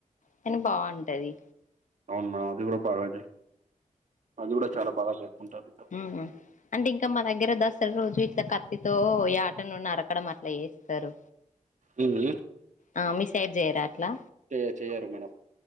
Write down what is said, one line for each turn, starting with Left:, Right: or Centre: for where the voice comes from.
Left: కానీ బావుంటాది
Right: అవును హ అది కూడా బాగా అది కూడా చాలా బాగా చెప్పుకుంటారు ఇతో
Left: హు అంటే ఇంకా మా దగ్గర దసరా రోజు ఇట్లా కత్తితో ఈ యటను నరకడం అట్లా చెస్ తరు
Right: ఉమ్,
Left: ఆ మీ సైడ్ చేయరా అట్లా
Right: చే చేయరు మేడం